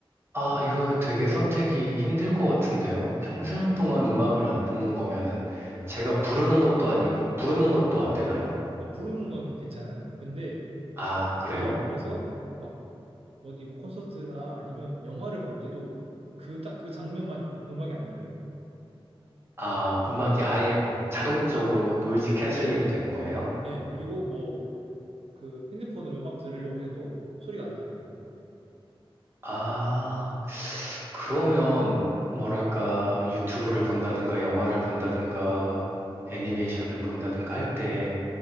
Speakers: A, on the right (about 25°); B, on the right (about 80°).
A: 아, 이거는 되게 선택이 힘들 것 같은데요. 평생 동안 음악을 안 듣는 거면은 제가 부르는 것도 아니고 부르는 것도 안 되나요?
B: 아, 부르는 거는 괜찮아요. 근데
A: 아, 그래요?
B: 예를 들어서 막 어디 뭐 콘서트나 아니면 영화를 볼 때도 그 딱 그 장면만 음악이 안 들려요.
A: 아, 음악이 아예 자동적으로 노이즈 캔슬링이 되는 거네요?
B: 네, 그리고 뭐 그 핸드폰으로 음악 들으려고 해도 소리가 안 들려요.
A: 아, 그러면 뭐랄까 유튜브를 본다든가 영화를 본다든가 애니메이션을 본다든가 할 때